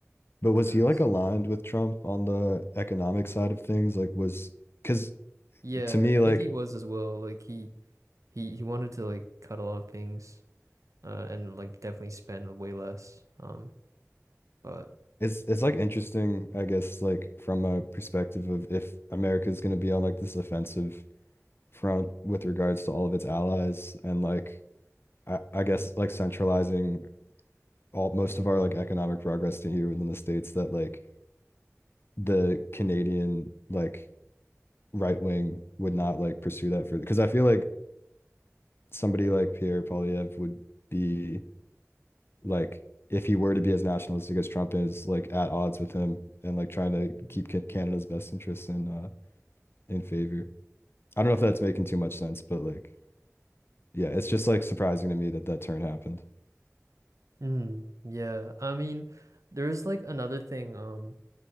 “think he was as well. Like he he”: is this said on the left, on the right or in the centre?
Right